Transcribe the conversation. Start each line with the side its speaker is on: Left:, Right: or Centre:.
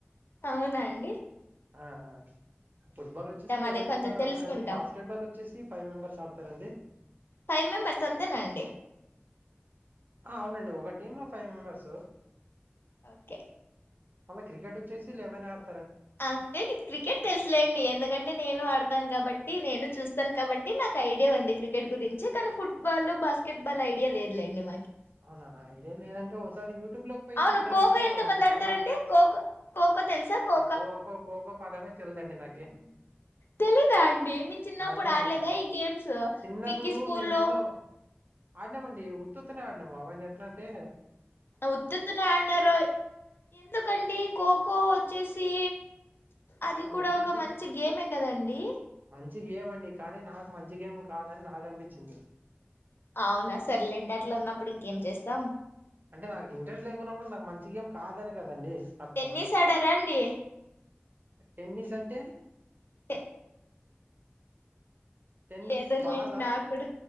Left: అవునాండి
Right: ఆ ఫుట్బాల్ వచ్చేసి లెవెన్
Left: అదే కొంచెం
Right: మెంబర్స్
Left: తెలుసుకుంటాం
Right: ఆడతారండి బాస్కెట్ బాల్ వచ్చేసి ఫైవ్ మెంబెర్స్ ఆడతారండి
Left: ఫైవ్ మెంబర్స్ అంతేనండి
Right: ఆ అవునండి ఒక టీమ్ లో ఫైవ్ మెంబర్స్
Left: ఓకే
Right: మళ్ళ క్రికెట్ వచ్చేసి లెవెన్ ఆర్
Left: ఐతే నీకు క్రికెట్ తెలుసులేండి, ఎందుకంటే నేను ఆడతాను కాబట్ టి నేను చూస్తాను కాబట్టి నాకు ఐడియా ఉంది క్రికెట్ గురించి. కానీ, football, basketball idea లేదులేండి మాకి.
Right: అవునా ఐడియా లేదంటే ఓసారి యూట్యూబ్ లోకి పోయి
Left: అవును
Right: చూడండి
Left: కోకో ఎంత
Right: అట్లా మీకు
Left: మంది
Right: అర్థం
Left: ఆడతారండి కోకో కోకో తెలుసా కో
Right: కోకో కోకో పదమే తెల్దండి నాకి.
Left: తెలీదా అండి మీ చిన్నప్పుడు
Right: ఆ! అంటే
Left: ఆడలేదా
Right: నాకు
Left: ఈ గేమ్స్
Right: చిన్నప్పుడు
Left: మీకి స్కూల్లో
Right: మేమేందో ఆడినామండి ఉత్తుత్తనే ఆడినాము అవన్ని ఎట్లంటే,
Left: ఉత్తుత్తినే ఆడినారో ఎందుకండి ఖోఖో వచ్చేసి అది కూడా
Right: వచ్చేసి
Left: ఒక మంచి గేమే కదండి.
Right: మంచి గేమ్ అండి కానీ నాకు మంచి గేమ్ కాదని నాకనిపిచ్చింది.
Left: అవునా సర్లేండ అట్లన్నప్పుడు ఇంకేం చేస్తాం
Right: అంటే నాకు ఇంట్రెస్ట్ లేకున్నప్పుడు నాకు మంచి గేమ్ కాదనె కదండి అర్థమ
Left: టెన్నిస్ ఆడారా అండి
Right: టెన్నిస్ అంటే
Left: టె
Right: టెన్నిస్
Left: ఏదో లేండి
Right: బాలా
Left: నాక్కూడ